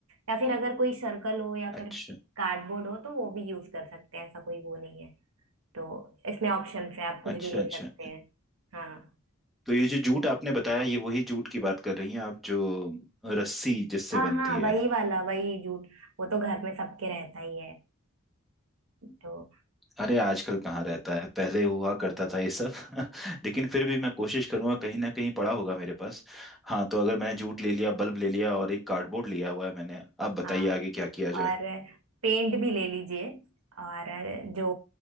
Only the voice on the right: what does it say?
या फिर अगर कोई सर्कल हो या
फिर कार्डबोर्ड हो तो वो भी यूज कर सकते हैं ऐसा कोई वो नहीं है तो इसमें ऑप्शन है आप कुछ
भी ले
सकते हैं हाँ
हाँ
हाँ
वही वाला वही जूट वो तो घर में सबके रहता ही है तो
हाँ
और पेंट भी ले लीजिए और जो